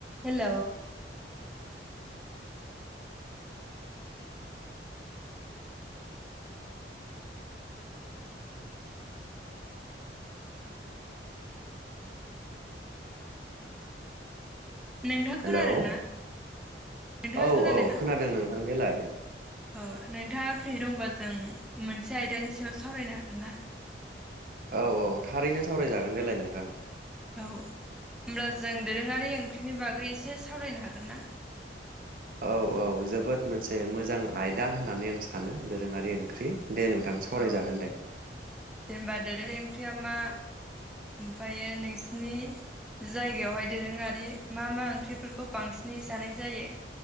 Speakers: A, in the centre; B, on the right.
A: हेल' नोंथाङा खोनादों
B: हेलौ
A: ना नोंथाङा
B: औ औ
A: ना
B: खोनादों नोंथां देलाय
A: औ नोंथाङा फ्रि दंबा जों मोनसे आयदानि सायाव सावरायनो हागोन ना?
B: औ औ थारैनो सावरायजागोन देलाय नोंथां ।
A: औ होमब्ला जों दोरोङारि ओंख्रिनि बागै एसे सावरायनो हागोन ना?
B: औ औ जोबोद मोनसे मोजां आयदा होननानै आं सानो दोरोङारि ओंख्रि दे नोंथां सावरायजागोन
A: औ
B: दे।
A: जेनेबा दोरोङारि ओंख्रिया मा ओमफ्रायो नोंसिनि जायगायावहाय दोरोङारि मा मा ओंख्रिफोरखौ बांसिनै जानाय जायो